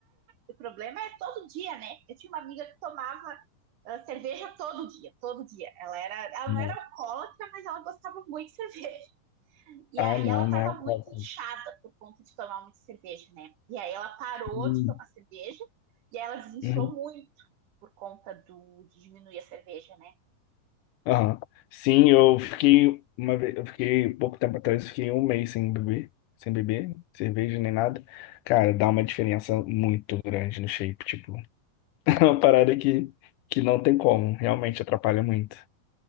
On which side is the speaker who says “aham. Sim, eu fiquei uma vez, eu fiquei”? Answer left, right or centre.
Left